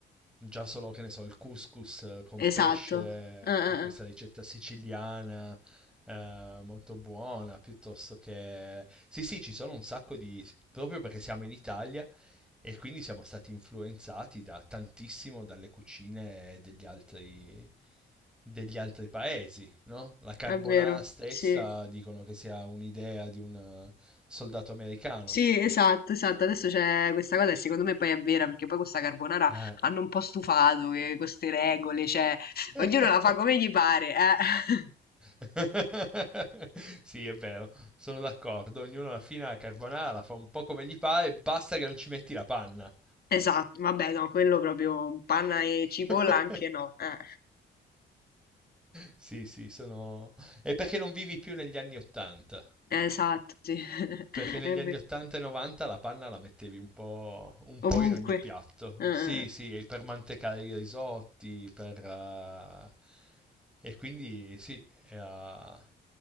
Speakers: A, in the centre; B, on the left.
A: Già solo, che ne so, il couscous eh, con
B: esatto,
A: pesce,
B: Eh, eh,
A: che è questa
B: eh.
A: ricetta siciliana eh, molto buona, piuttosto che... Sì, sì, ci sono un sacco di... proprio perché siamo in Italia e quindi siamo stati influenzati da tantissimo dalle cucine degli altri, degli altri paesi, no? La carbonara
B: è vero,
A: stessa
B: sì,
A: dicono che sia un'idea di un eh, soldato americano.
B: sì, esatto, esatto, adesso c'è questa cosa e secondo me poi è vera, perché poi questa carbonara
A: Eh.
B: hanno un po' stufato che queste regole, cioè,
A: <laughs>
B: ognuno la fa come gli pare, eh. <laughs>
A: <laughs> Sì, è vero, sono d'accordo. Ognuno alla fine la carbonara la fa un po' come gli pare, basta che non ci metti la panna.
B: Esatto, vabbè, no, quello proprio panna e cipolla
A: <laughs>
B: anche no. Eh.
A: Sì, sì, sono... È perché non vivi più negli anni Ottanta.
B: Esatto, sì. <laughs>
A: Perché negli
B: È ve-
A: anni 80 e 90 la panna la mettevi un po', un
B: Ovunque.
A: po' in ogni piatto.
B: Eh, eh.
A: Sì, sì, e per mantecare i risotti, per... eh, E quindi sì, era,